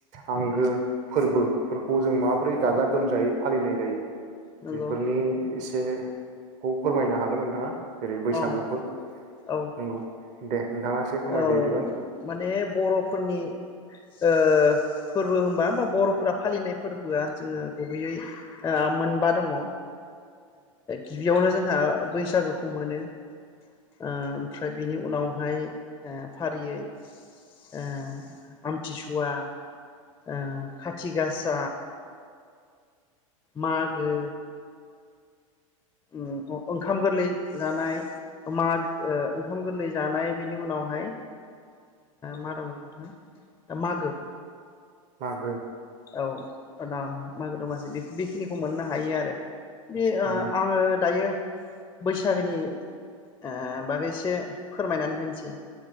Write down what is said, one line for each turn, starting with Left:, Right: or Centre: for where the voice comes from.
Right: आंगो फोरबोफोरखौ जों माबोरै गाजा गोमजायै फालिनाय जायो
Left: नंगौ
Right: बेफोरनि इसे जे खौ फोरमायनो हागोन नोंथाङा जेरै बैसागुफोर
Left: औ औ
Right: नोंगौ दे नोंथाङा एसे फोरमायदो
Left: औ
Right: बिदिबा
Left: माने बर'फोरनि ओ फोरबो होनबा बा बर'फोरा फालिनाय फोरबोआ जोङो गुबैयै ओ मोनबा दङ ओ गिबियावनो जों हा बैसागोखौ मोनो ओमफ्राय बिनि उनावहाय फारियै ओ आमथिसुवा ओ खाथि गासा मागो ओम अ ओंखाम गोरलै जानाय अ माग ओंखाम गोरलै जानाय बिनि उनावहाय मा दङमोन नोंथां ओ मागो
Right: मागो
Left: औ <unintelligible> मागो दमासि बे बिखिनिखौ मोननो हायो आरो बे ओ
Right: उम
Left: आङो दायो बैसागोनि ओ बागैसे फोरमायनानै होनसै